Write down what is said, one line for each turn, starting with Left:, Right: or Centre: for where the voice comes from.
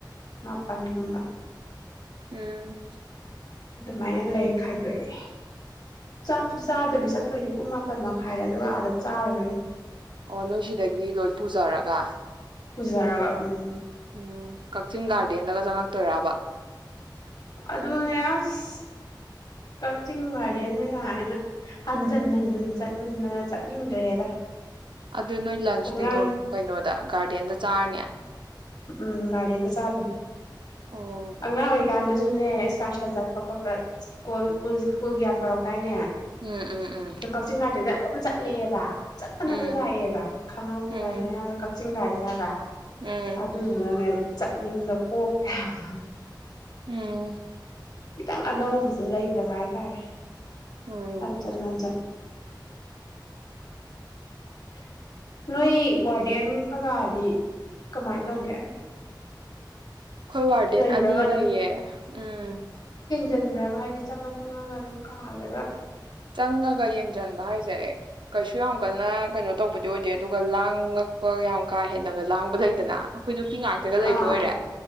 Left: ꯃꯥꯄꯟꯒꯨꯝꯕ
Right: ꯎꯝ
Left: ꯑꯗꯨꯃꯥꯏꯅ ꯂꯩ ꯈꯥꯏꯗꯣꯛꯑꯦ ꯆꯥꯛꯁꯨ ꯆꯥꯗꯕꯤ ꯆꯠꯇꯣꯏꯅꯦ ꯄꯨꯡ ꯃꯥꯄꯟ ꯃꯈꯥꯏꯗ ꯑꯗꯨꯒ ꯑꯥꯗ ꯆꯥꯔꯨꯗꯣꯏꯅꯤ
Right: ꯑꯣ ꯅꯣꯏ ꯁꯤꯗꯒꯤ ꯂꯣꯏ ꯄꯨꯖꯔꯒ
Left: ꯄꯨꯖꯔꯒ ꯎꯝ
Right: ꯎꯝ ꯀꯛꯆꯤꯡ ꯒꯥꯔꯗꯦꯟꯗꯒ ꯆꯪꯉꯛꯇꯣꯏꯔꯕ
Left: ꯑꯗꯨꯅꯦ ꯑꯁ ꯀꯛꯆꯤꯡ ꯒꯥꯔꯗꯦꯟ ꯅꯤ ꯀꯥꯏꯅ ꯍꯟꯖꯟ ꯍꯟꯖꯟ ꯆꯠꯃꯟꯗꯅ ꯆꯠꯅꯤꯡꯗ꯭ꯔꯦꯗ
Right: ꯑꯗꯨ ꯅꯣꯏ ꯂꯟꯁꯇꯤ
Left: ꯑꯉꯥꯡ
Right: ꯑꯗꯨꯝ ꯀꯩꯅꯣꯗ ꯒꯥꯔꯗꯦꯟꯗ ꯆꯥꯔꯅꯤ
Left: ꯎꯝ ꯒꯥꯔꯗꯦꯟꯗ ꯆꯥꯗꯣꯏꯅꯤ
Right: ꯑꯣ
Left: ꯑꯉꯥꯡ ꯑꯣꯏ ꯀꯥꯟ ꯕꯨꯖꯨꯅꯦ ꯏꯁꯀꯥꯔꯁꯟ ꯆꯠꯄ ꯈꯣꯠꯄ ꯁ꯭ꯀꯨꯜꯨ ꯁ꯭ꯀꯨꯜ ꯒꯤ ꯌꯥꯝ ꯇꯧꯔꯛꯇꯥꯏꯅꯦ
Right: ꯎꯝ ꯎꯝ ꯎꯝ
Left: ꯑꯗꯣ ꯀꯛꯆꯤꯡ ꯒꯥꯔꯗꯦꯟꯗ ꯑꯗꯨꯝ ꯆꯠꯂꯦꯕ ꯆꯠꯇꯅꯗ
Right: ꯎꯝ
Left: ꯂꯥꯛꯑꯦꯕ ꯈꯥꯡꯉꯕꯣꯛ
Right: ꯎꯝ
Left: ꯒꯥꯔꯗꯦꯟ ꯍꯥꯏꯕ ꯆꯤꯡ ꯒꯥꯔꯗꯦꯟ ꯍꯥꯏꯕ
Right: ꯎꯝ
Left: ꯑꯗꯨꯗꯨꯅꯅꯦ ꯆꯠꯅꯤꯡꯕ ꯄꯣꯛ ꯇꯦ ꯍꯥꯏꯕ
Right: ꯎꯝ
Left: ꯈꯤꯇꯪ ꯑꯅꯧꯕꯖꯨ ꯂꯩꯇꯕ ꯍꯥꯏꯇꯥꯔꯦ
Right: ꯎꯝ
Left: ꯍꯟꯖꯟ ꯍꯟꯖꯟ <inaudible> ꯅꯣꯏ ꯋꯥꯔꯗꯦꯟ ꯀꯒꯥꯗꯤ ꯀꯃꯥꯏ ꯇꯧꯒꯦ
Right: ꯈꯣꯏ ꯋꯥꯔꯗꯦꯟ
Left: ꯂꯩꯕ꯭ꯔꯕ
Right: ꯑꯅꯤ ꯂꯩꯌꯦ ꯎꯝ
Left: ꯖꯟꯕ꯭ꯔꯕ ꯍꯥꯏꯗꯤ ꯆꯪꯉ ꯆꯪꯉꯒ ꯑꯗꯨꯝ ꯀꯥꯗꯒ
Right: ꯆꯪꯉꯒ ꯌꯦꯡꯖꯟꯕ ꯍꯥꯏꯖꯦ ꯀꯩꯁꯨ ꯌꯥꯝ ꯀꯟꯅ ꯀꯩꯅꯣ ꯇꯧꯕꯗꯤ ꯑꯣꯏꯗꯦ ꯑꯗꯨꯒ ꯂꯥꯡꯉꯛꯄ ꯌꯥꯝ ꯀꯥ ꯍꯦꯟꯅꯒ ꯂꯥꯡꯕ ꯂꯩꯗꯅ ꯑꯩꯈꯣꯏꯗꯨ ꯅꯨꯄꯤ ꯉꯥꯛꯇꯒ ꯂꯩꯕ
Left: ꯑꯥ
Right: ꯑꯣꯏꯔꯦ